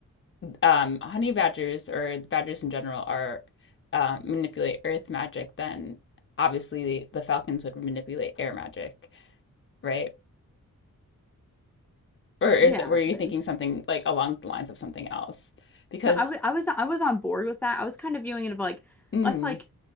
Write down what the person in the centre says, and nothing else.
Yeah,
th-
No, I was I was I was on board with that. I was kind of viewing it of like
less like